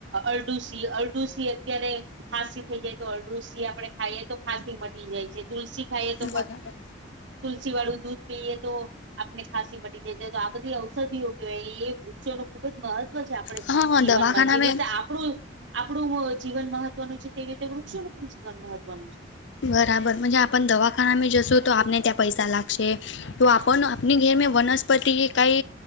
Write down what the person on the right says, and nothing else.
અરડુસી અરડુસી અત્ય્યારે ખાંસી થઈ જાય તો અરડુસી આપણે ખાઈએ તો ખાંસી મટી જાય. તુલસી ખાઈએ તો
તુલસી વાળું દૂધ પીએ તો આપણને ખાંસી મટી જાય છે તો આ બધી ઔષધિઓ કહેવાય એ વૃક્ષો ખુબ જ મહત્વ છે આપણા
જીવનમાં
જેવી રીતે આપણું આપણું જીવન મહત્વનું છે તેવી રીતે વૃક્ષોનું પણ જીવન મહત્વનું છે.